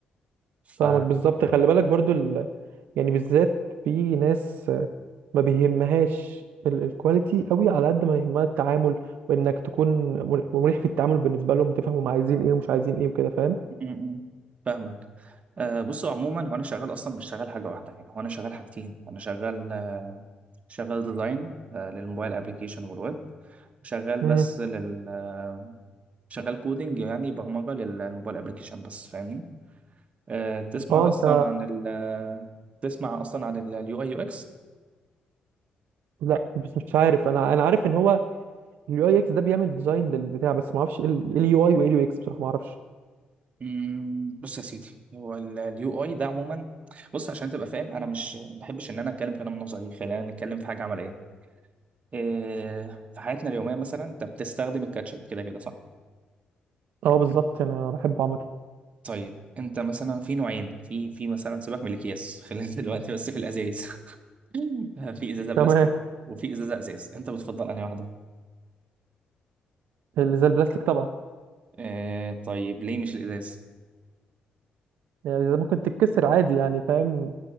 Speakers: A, on the right; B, on the right.
A: ف
B: فاهمك بالظبط خلي بالك برضو ال... يعني بالذات في ناس ما بيهمهاش ال- الكواليتي قوي على قد ما يهمها التعامل وانك تكون مر- مريح في التعامل بالنسبه لهم تفهم هم عايزين ايه ومش عايزين ايه وكده فاهم
A: م- م. فاهمك آه بصوا عموما هو انا شغال اصلا مش شغال حاجه واحده يعني هو انا شغال حاجتين انا شغال آه شغال ديزاين آه للموبايل ابلكيشن والويب وشغال
B: امم
A: بس لل آه، شغال كودينج يعني برمجه للموبايل ابلكيشن بس فاهمني آه تسمع
B: اه انت
A: اصلا عن ال آه، تسمع اصلا عن اليو اي يو اكس
B: لا بس مش عارف انا انا عارف ان هو اليو اي اكس ده بيعمل ديزاين للبتاع بس ما اعرفش ايه اليو اي وايه اليو اكس بصراحه ما اعرفش
A: مم، بص يا سيدي هو اليو اي ده عموما بص عشان تبقى فاهم انا مش ما بحبش ان انا اتكلم كلام نظري خلينا نتكلم في حاجه عمليه إيه، في حياتنا اليومية مثلا انت بتستخدم الكاتشب كده كده صح؟
B: اه بالظبط انا بحبه عامه
A: طيب انت مثلا في نوعين في في مثلا سيبك من الاكياس خلينا <laughs> دلوقتي بس في الازايز <laughs> في ازازة بلاستيك
B: تمام
A: وفي ازازة ازاز انت بتفضل انهي واحدة؟
B: اللي زي البلاستيك طبعا
A: إيه، طيب ليه مش الازاز؟
B: يعني اللي زي ممكن تتكسر عادي يعني فاهم